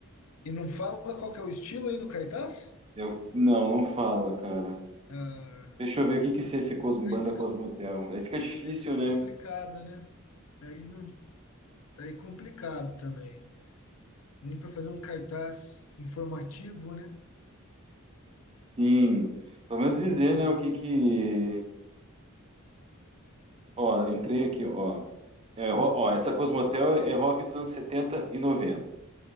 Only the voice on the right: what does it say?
Eu não, não fala, cara.
Deixa eu ver o que que é esse Cosmo,
banda
Cosmotel. Aí fica difícil,
né?
Sim. Pelo menos dizer, né, o que que Ó, entrei aqui, ó. É, ro-
ó, essa Cosmotel é é rock dos anos 70 e 90.